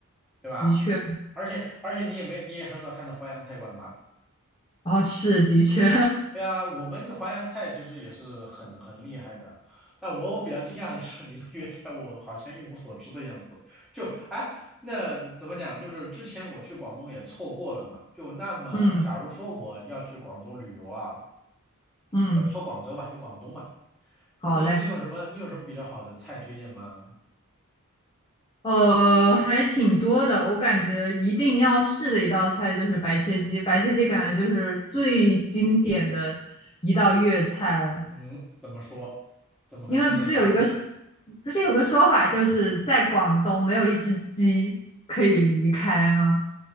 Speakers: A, in the centre; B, on the left.
A: 对吧？
B: 的确，
A: 而且而且你也没你也很少看到淮扬菜馆吧？
B: 哦，是的确，
A: 对啊，我们淮扬菜其实也是很很厉害的。那我比较惊讶的是，你们粤菜我好像一无所知的样子。就哎，那怎么讲？就是之前我去广东也错过了嘛。就那么，
B: <laughs> 嗯
A: 假如说我要去广州旅游啊，
B: 嗯，
A: 也不说广州吧，就广东嘛。
B: 好嘞。
A: 就你你有什么你有什么比较好的菜推荐吗？
B: 呃，还挺多的。我感觉一定要试的一道菜就是白切鸡，白切鸡感觉就是最经典的一道粤菜了。
A: 嗯，怎么说？怎么个经典法？
B: 因为不是有一个，不是有个说法，就是在广东没有一只鸡可以离开吗？